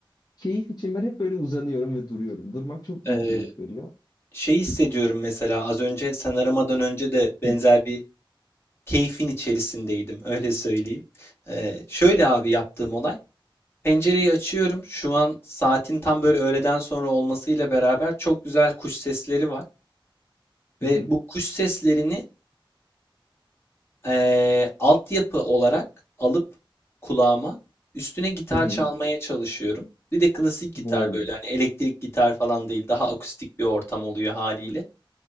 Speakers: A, on the left; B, on the left.
A: keyif için ben hep böyle uzanıyorum ve duruyorum. Durmak çok büyük
B: Ee,
A: keyif veriyor.
B: şey hissediyorum mesela az önce sen aramadan önce de benzer
A: Hı
B: bir keyfin içerisindeydim öyle söyleyeyim. Ee, şöyle abi yaptığım olay. Pencereyi açıyorum. Şu an saatin tam böyle öğleden sonra olmasıyla beraber çok güzel kuş sesleri var. Ve
A: hı hı
B: bu kuş seslerini eee altyapı olarak alıp kulağıma üstüne gitar
A: hı. hı.
B: çalmaya çalışıyorum. Bir de klasik gitar
A: Wow.
B: böyle hani elektrik gitar falan değil daha akustik bir ortam oluyor haliyle.